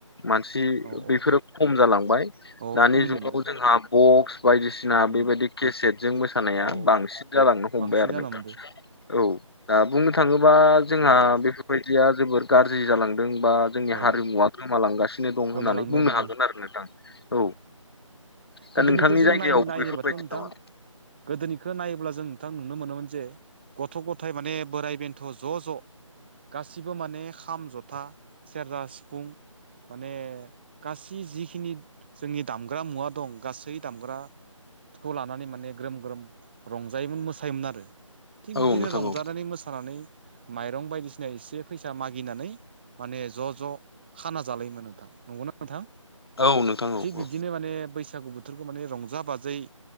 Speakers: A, on the left; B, on the right.
A: मानसि
B: औ
A: बेफोरो
B: औ
A: खम जालांबाय
B: औ
A: दानि
B: खमायनो
A: जुगावबो
B: हमदों
A: जोंहा बक्स बायदिसिना
B: उम
A: बेबायदि केसेटजों मोसानाया
B: औ
A: बांसिन जालांनो हमबाय
B: बांसिन
A: आरो
B: जानो
A: नोंथां
B: हमदो
A: औ। दा बुंनो थाङोबा जोंहा
B: औ औ
A: बेफोरबायदिया जोबोर गाज्रि जालांदों बा जोंनि
B: औ
A: हारिमुवा गोमालांगासिनो दं
B: गोमालांनो
A: होननानै बुंनो
B: हमदों
A: हागोन आरो नोंथां औ। दा
B: गोदोनिखौ
A: नोंथांनि
B: जों
A: जायगायाव
B: नाय नायनोबाथ'
A: बेफोरबायदि
B: नोंथां
A: नामा?
B: गोदोनिखौ नायोब्ला जों नोंथां नुनो मोनोमोन जे गथ' गथाय माने बोराय बेन्थ' ज' ज' गासिबो माने खाम जथा सेरजा सिफुं माने गासै जिखिनि जोंनि दामग्रा मुवा दं गासै दामग्राखौ लानानै माने ग्रोम ग्रोम रंजायोमोन मोसायोमोन आरो थिग
A: औ
B: बिदिनो
A: नोंथां
B: रंजानानै
A: औ नोंथां औ
B: मोसानानै माइरं बायदिसिना एसे फैसा मागिनानै माने ज' ज' खाना जालायोमोन नोंथां। नंगौना नोंथां?
A: औ नोंथां औ
B: थिक बिदिनो बैसागु बो थोरखौ माने रंजा बाजायै